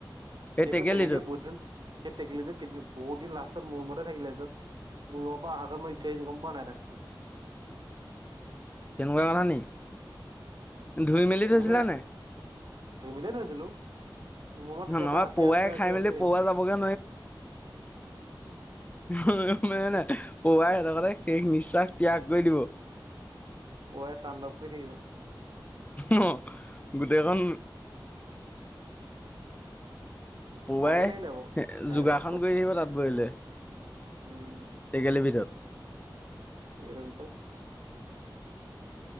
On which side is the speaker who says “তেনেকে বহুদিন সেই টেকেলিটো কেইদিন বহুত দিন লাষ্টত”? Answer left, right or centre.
Right